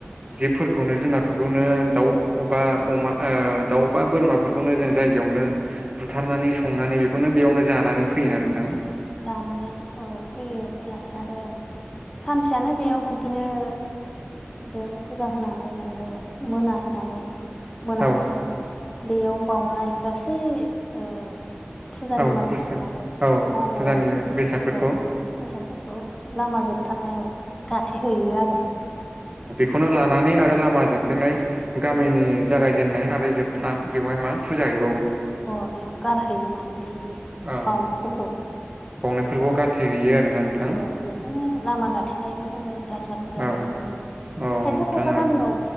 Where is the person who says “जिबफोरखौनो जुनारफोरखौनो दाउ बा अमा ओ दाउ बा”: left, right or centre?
Right